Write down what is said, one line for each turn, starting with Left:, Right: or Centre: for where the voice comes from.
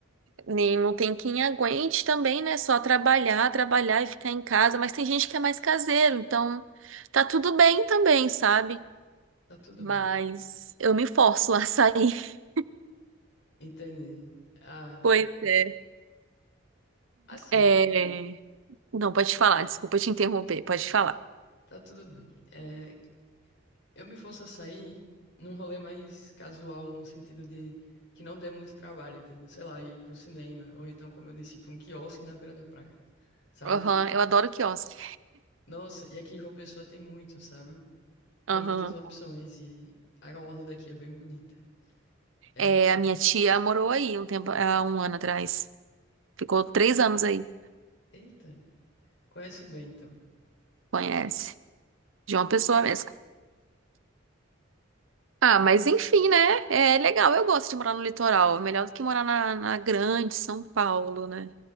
Right: nem não tem quem aguente também, né? Só trabalhar, trabalhar e ficar em casa. Mas tem gente que é mais caseiro, então tá tudo bem também, sabe?
Left: tá tudo
Right: Mas
Left: bem.
Right: eu me forço a sair. <laughs>
Left: Entendi. Ah,
Right: Pois é.
Left: assim,
Right: É, Não, pode falar, desculpa te interromper, pode falar.
Left: tá tudo bem. É, eu me forço a sair num rolê mais casual, no sentido de que não dê muito trabalho, entendeu? Sei lá, ir pro cinema, ou então, como eu disse, pra um quiosque na beira da praia, sabe?
Right: Aham, eu adoro quiosque.
Left: Nossa, e aqui em João Pessoa tem muito, sabe? Tem
Right: Aham.
Left: muitas opções e a orla daqui é bem bonita. É,
Right: É,
Left: co-
Right: a minha tia morou aí um tempo, há um ano atrás. Ficou três anos aí,
Left: eita, conhece bem, então.
Right: conhece. De uma pessoa mesmo. Ah, mas enfim, né? É legal, eu gosto de morar no litoral. É melhor do que morar na, na grande São Paulo, né?